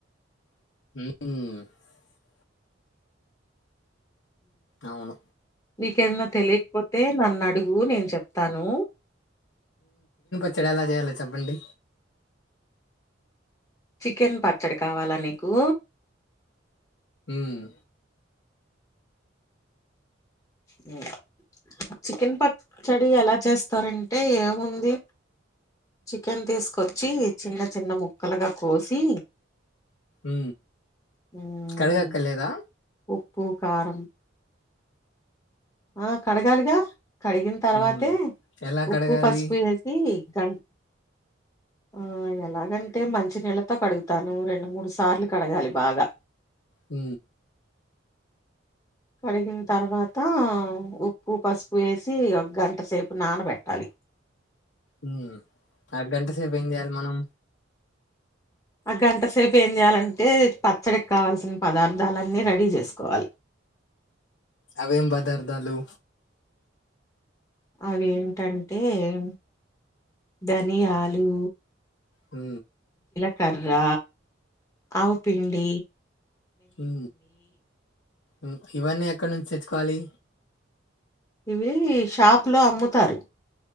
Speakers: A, on the left; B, on the left.
A: ఉఊ అవును
B: ఏదన్న తెలీక్పోతే నన్న్ అడుగు నేను చెప్తాను
A: చ్చడి ఎలా చేయాలొ చెప్పండి
B: చికెన్ పచ్చడి కావాల నీకూ
A: ఉమ్
B: హ్మ్. చికెన్ పచ్చడి ఎలా చేస్తారంటే ఏముంది చికెన్ తీస్కొచ్చి చిన్న చిన్న ముక్కలగా కోసి
A: ఊ
B: హ్మ్
A: కడగక్కర్లేదా
B: ఉప్పు, కారం ఆ కడగాలిగా కడిగిన్ తర్వాతే
A: హ్మ్. ఎలా
B: ఉప్పు,
A: కడగాలి?
B: పసుపు వేసి కన్ ఆ ఎలాగంటే మంచి నీళ్లతో కడుగుతాను రెండు మూడు సార్లు కడగాలి బాగా
A: ఊ
B: కడిగిన్ తర్వాత ఉప్పు, పసుపు ఏసి ఇగ గంట సేపు నానబెట్టాలి
A: ఊ ఆ గంట సేప్ ఏం చేయాలి మనం
B: ఆ గంట సేప్ ఏం చేయాలంటే పచ్చడిక్ కావల్సిన పదార్థాలన్నీ రెడీ చేసుకోవాలి
A: అవి ఏం పదదాలు
B: అవి ఏంటంటేయ్ ధనియాలు
A: ఊ
B: కర్రా, ఆవుపిండి
A: ఊ ఉ ఇవన్నీ ఎక్కడ్ నుంచి తెచ్చుకోవాలి
B: ఇవీ షాప్ లో అమ్ముతారు